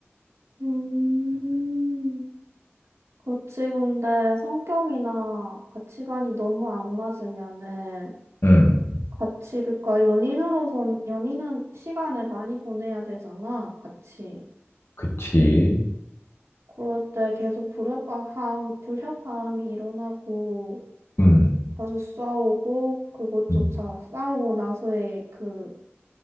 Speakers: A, on the right (about 85°); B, on the left (about 65°).
A: 음, 고치건데 성격이나 가치관이 너무 안 맞으면은
B: 음,
A: 같이, 그니까 연인으로선, 연인은 시간을 많이 보내야 되잖아, 같이.
B: 그치.
A: 그럴 때 계속 불협화음, 불협화음이 일어나고,
B: 음,
A: 자주 싸우고, 그것조차
B: 음,
A: 싸우고 나서의 그